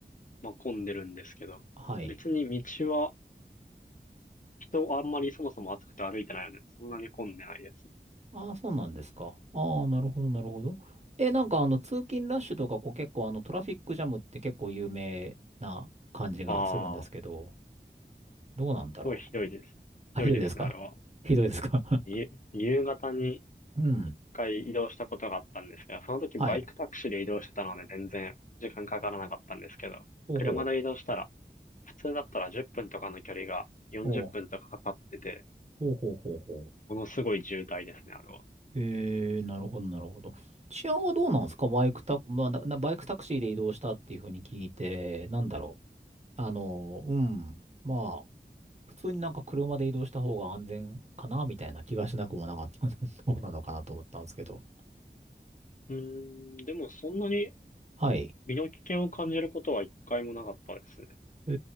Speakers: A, on the left; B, on the right.
A: まあ、混んでるんですけど、
B: はい。
A: 別に道は人あんまりそもそも暑くて歩いてないよね。そんなに混んでないです。
B: ああ、そうなんですか。ああ、なるほど、なるほど。え、なんかあの、通勤ラッシュとか、こう結構あの、トラフィックジャムって結構有名な感じがするんですけど、
A: ああ、
B: どうなんだろう。
A: すごいひどいです。ひどいですね、
B: あ、ひどいですか
A: あれは。
B: <laughs> ひどいですか
A: い夕方に
B: <laughs> うん。
A: 一回移動したことがあったんですけど、その時バイクタクシーで移動してたので全然時間かからなかったんですけど、
B: はい。ほうほう。
A: 車で移動したら、普通だったら10分とかの距離が40分とかかかってて、
B: おうほうほうほうほ
A: ものすごい渋滞ですね、あれは。
B: う。えー、なるほど、なるほど。治安はどうなんですかバイクタク、まあ、な、なバイクタクシーで移動したっていうふうに聞いて、なんだろう。あの、うん。まあ。普通になんか車で移動した方が安全かなみたいな気がしなくもなかったんで、<laughs> そうなのかなと思ったんですけど。
A: うーん、でもそんなに
B: はい。
A: 身の危険を感じることは一回もなかったですね。
B: え